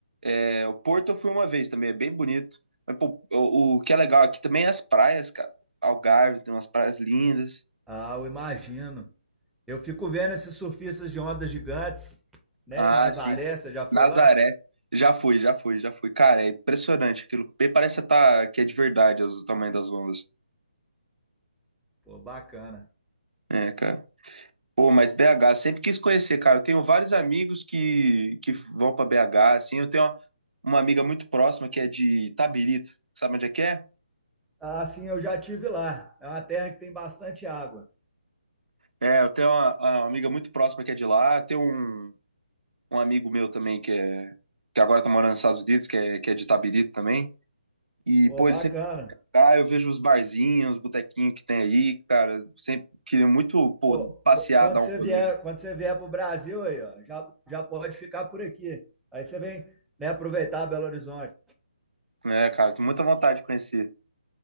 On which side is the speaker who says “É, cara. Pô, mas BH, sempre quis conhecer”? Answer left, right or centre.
Right